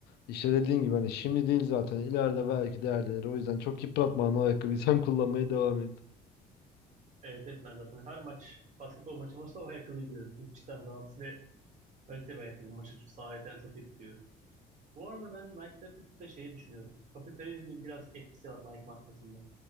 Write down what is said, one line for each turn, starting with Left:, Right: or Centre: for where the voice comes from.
Left: işte dediğin gibi hani şimdi değil zaten ileride belki değerlenir. O yüzden çok yıpratma hani o ayakkabıyı <laughs> sen kullanmaya devam et.
Right: Evet evet ben zaten her maç basketbol maçı olursa o ayakkabıyı giyiyorum. Çünkü cidden rahatsız ve kaliteli bir ayakkabı maçı sahiden çok etkiliyor. Bu arada ben Nike'da bir tık da şeyi düşünüyorum. Kapitalizmin biraz etkisi var Nike markasında.